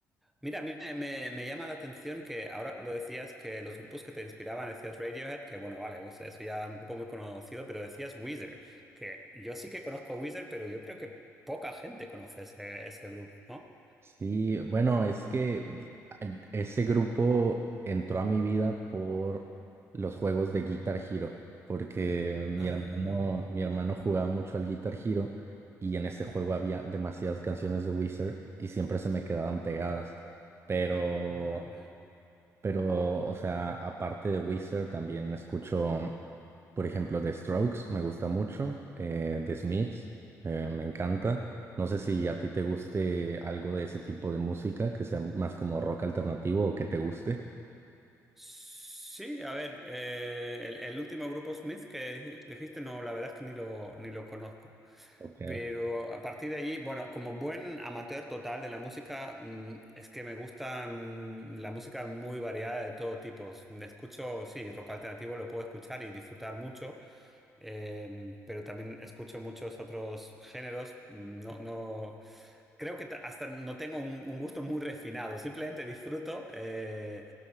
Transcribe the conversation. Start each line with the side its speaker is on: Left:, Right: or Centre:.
Centre: Mira, a mí me, me- me llama la atención que ahora cuando decías que los grupos que te inspiraban, decías Radiohead, que bueno, vale, pues eso ya es un grupo muy conocido, pero decías Weezer, que yo sí que conozco Weezer, pero yo creo que poca gente conoce ese, ese grupo, ¿no?
Right: Sí, bueno, es que a- ese grupo entró a mi vida por los juegos de Guitar Hero, porque mi
Centre: Ah,
Right: hermano, mi hermano jugaba mucho al Guitar Hero y en ese juego había demasiadas canciones de Wizard y siempre se me quedaban pegadas. Pero
Centre: ah, vale.
Right: pero, o sea, aparte de Weezer, también escucho, por ejemplo, The Strokes, me gusta mucho, eh, The
Centre: Mm.
Right: Smiths, eh, me encanta. No sé si a ti te guste algo de ese tipo de música, que sea más como rock alternativo o que te guste.
Centre: Sí, a ver, eh, el, el último grupo Smith que dijiste, no, la verdad es que ni lo, ni lo conozco.
Right: Ok.
Centre: Pero a partir de allí, bueno, como buen amateur total de la música, mm, es que me gusta mm, la música muy variada de todo tipo. Escucho, sí, rock alternativo lo puedo escuchar y disfrutar mucho, eh, pero también escucho muchos otros géneros. No, no, creo que ta- hasta no tengo un, un gusto muy refinado, simplemente disfruto. eh,